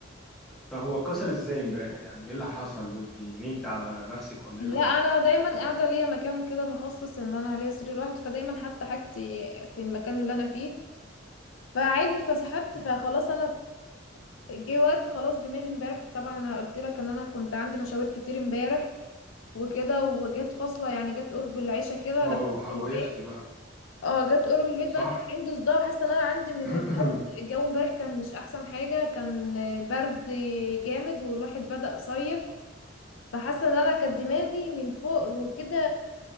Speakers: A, in the centre; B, on the left.
A: طب هو اتكسر إزاي إمبارح يعني إيه اللي حصل وأنت نمت على نفسك ولا إيه
B: لا
A: اللي حصل
B: انا دايما قاعده ليا مكان كده مخصص ان انا ليا سرير لوحدي فدايما حتى حاجتي في المكان اللي انا فيه فعادي فسحبت
A: <laughs>
B: فخلاص انا جه وقت خلاص دماغي امبارح طبعا انا قلت لك ان انا كنت عندي مشاوير كتير امبارح وكده وجت فاصله يعني جت قرب العشاء كده
A: أه
B: دخلت
A: وح- وقفتي بقى
B: اه جت قرب البيت
A: صح
B: بقى كان عندي صداع وحاسه ان انا عندي من
A: <laughs>
B: الجو
A: <clears throat>
B: الجو امبارح كان مش احسن حاجه كان برد جامد والواحد بدأ صيف فحاسه ان انا كانت دماغي من فوق وكده